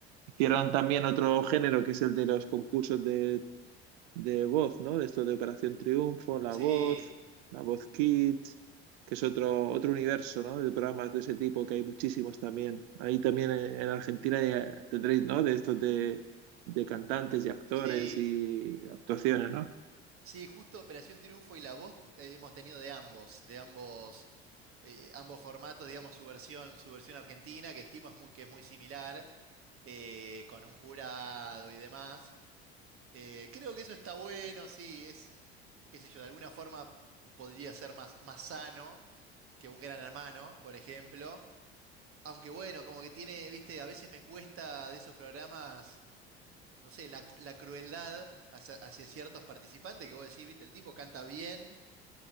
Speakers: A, on the right (about 70°); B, on the right (about 45°).
A: Hicieron también otro género que es el de los concursos de de voz, ¿no? De esto de Operación Triunfo, La
B: Sí,
A: Voz, La Voz Kids, que es otro, otro universo, ¿no? De programas de ese tipo que hay muchísimos también. Ahí también en, en Argentina ya tendréis, ¿no? De estos de, de cantantes y actores
B: sí,
A: y actuaciones, ¿no?
B: sí, justo Operación Triunfo y La Voz eh, hemos tenido de ambos, de ambos eh, ambos formatos, digamos, su versión, su versión argentina, que estimo es muy, que es muy similar, eh, con un jurado y demás. Eh, creo que eso está bueno, sí, es, qué sé yo, de alguna forma podría ser más, más sano que un Gran Hermano, por ejemplo. Aunque bueno, como que tiene, viste, a veces me cuesta de esos programas, no sé, la, cu- la crueldad hacia, hacia ciertos participantes que vos decís, viste, el tipo canta bien